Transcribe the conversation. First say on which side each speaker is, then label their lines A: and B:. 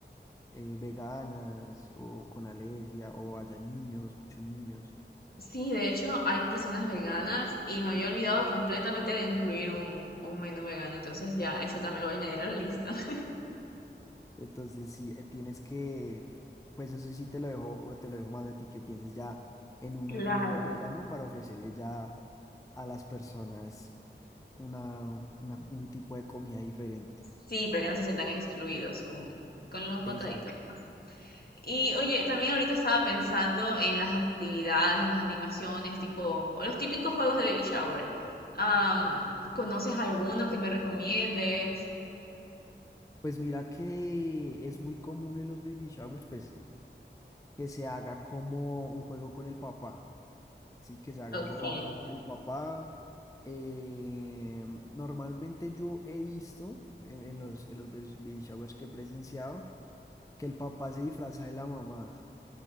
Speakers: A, on the left (about 15°); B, on the left (about 55°).
A: eh, veganas o con alergia o haya niños, muchos niños.
B: sí, de hecho hay personas veganas y me había olvidado completamente de incluir un, un menú vegano, entonces ya, ese también lo voy a añadir a la lista. <laughs>
A: Entonces, sí, eh, tienes que, pues eso sí te lo dejo, te lo dejo más a ti que pienses ya en un
B: Claro.
A: menú vegano para ofrecerle ya a las personas una, una- un tipo de comida diferente.
B: Sí, para que no se sientan excluidos con, con los bacaditos.
A: Exacto.
B: pues. Y oye, también ahorita estaba pensando en las actividades, las animaciones, tipo los típicos juegos de baby shower. Am, ¿conoces alguno que me recomiendes?
A: Pues mira que es muy común en los baby showers, pues que se haga como un juego con el papá, sí, que se haga
B: Ok,
A: un jue- un juego con el papá. Eh, normalmente yo he visto en, en los, en los baby baby showers que he presenciado, que el papá se disfraza de la mamá.